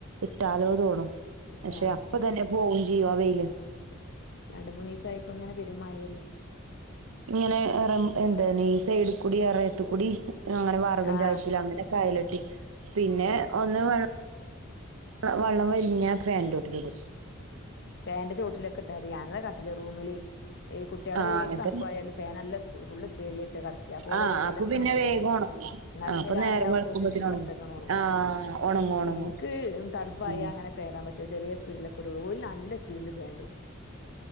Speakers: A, on the right; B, on the left.
A: ഇട്ടാലോ തോണും
B: ഇട്ടാ
A: പക്ഷെ അപ്പ തന്നെ പോവും ചെയ്യും ആ വെയില്.
B: രണ്ടു മൂന്ന് ദിവസായി ഇപ്പ ഇങ്ങനെ പെരുമയേം
A: ഇങ്ങനെ റെ എന്തേനി സൈഡി കൂടി എറെത്ത്കൂടി അങ്ങനെ വറകും
B: ആഹ്
A: ചായപ്പില് അങ്ങനെക്കെ അയലെട്ടി പിന്നെ
B: ആഹ്
A: ഒന്ന് വെള്ള് വെള്ളം വലിഞ്ഞാ ഫാനിന്റെ ചോട്ടില് ഇടും
B: ഫാനിന്റെ ചോട്ടിലൊക്കെ ഇട്ടാ മതി ഞാനതാ കട്ടില് റൂമില് ഈ കുട്ട്യേള്
A: ആഹ് അങ്ങൻത്തന്നെ
B: ഏത് തണുപ്പായാലും ഫാൻ നല്ല സ് ഫുള്ള് സ്പീഡിൽ ഇട്ടാ കെടക്കാ അപ്പോ ഓലെ
A: ആഹ്
B: റൂമിലെക്കാണ്
A: അപ്പൊ പിന്നെ
B: കൊണ്ടോയിടും.
A: വേഗം ഒണങ്ങും
B: എന്നാ
A: ആഹ്
B: പിന്നെ
A: അപ്പൊ
B: രാവിലെ
A: നേരം
B: ആവുമ്പോത്തന്
A: വെളുക്കുമ്പത്തിന്
B: കൊറച്ചൊക്കെ ഒണങ്ങും
A: ആഹ് ഒണങ്ങും ഒണങ്ങും
B: ഇന്ക്ക് തണുപ്പായ
A: ഉം
B: അങ്ങനെ ഫാൻ ഇടാൻപറ്റുല്ല ചെറിയ സ്പീഡിലെക്കെടു ഓല് നൽ നല്ല സ്പീഡില് ഫാൻ ഇടും